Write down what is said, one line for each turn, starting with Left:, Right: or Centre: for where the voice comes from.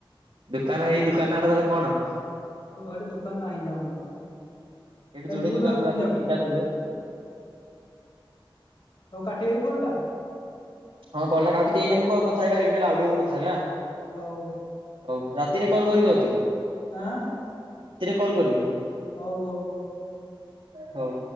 Right: ଦୁକାନ ହେଇ ଦୁକାନା ଟା ତାଲେ କଣ ।
Left: ଓ ହେଠି ଦୋକାନ ନାହିଁ ତେ ଆମର ।
Right: ଏଠି
Left: ତା
Right: ଯୋଡେ
Left: ହେଲେ ଭୁଲ
Right: ଦୋକାନ
Left: ଭାବିଛନ୍ତି
Right: ପୁରା ଅଛି
Left: ଆପଣ
Right: ତିନିଟା
Left: ।
Right: ନା ଯୋଡେ
Left: ହଉ କାଟିବ ଏଇ କଲ୍ ଟା ।
Right: ହଁ କଲ୍ ଟା କାଟୁଚି ଏୟିନେ, ମୁଁ କଥା ହେଇ ପାରିବିନି ଆଉ ଟିକେ ପରେ କଥା ହେବି ଆଁ
Left: ହଉ
Right: ହଉ ରାତିରେ । କଲ କରିବି ଯଦି ।
Left: ଆଁ ।
Right: କଲ୍ କରିବି ।
Left: ହଉ ହଉ ।
Right: ହଉ ।